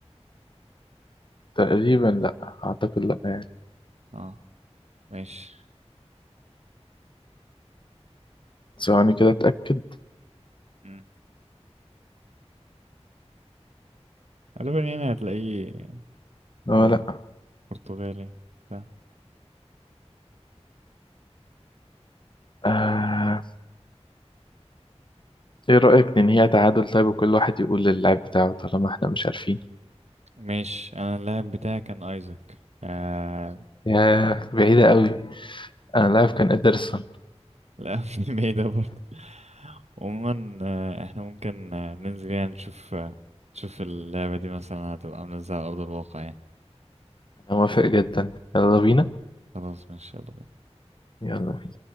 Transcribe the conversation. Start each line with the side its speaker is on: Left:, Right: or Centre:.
Left: تقريبا لا اعتقد لا يعني
Right: اه ماشي
Left: ثواني كده اتاكد
Right: مم. غالبا يعني هتلاقيه
Left: اه
Right: هو
Left: لا
Right: برتغالي بتاع
Left: آه، ايه رايك ننهيها تعادل طيب وكل واحد يقول للاعب بتاعه طالما احنا مش عارفين
Right: ماشي انا اللاعب بتاعي كان ايزاك آه
Left: ياه بعيدة قوي أنا اللاعب كان إدرسون
Right: لا <laughs> مش بعيدة برضه عموما آه، احنا ممكن آه، ننزل يعني نشوف آه، نشوف اللعبة دي مثلا هتبقى عاملة ازاي على أرض الواقع يعني
Left: أنا موافق جدا يلا بينا
Right: خلاص ماشي يلا بينا.
Left: يلا بينا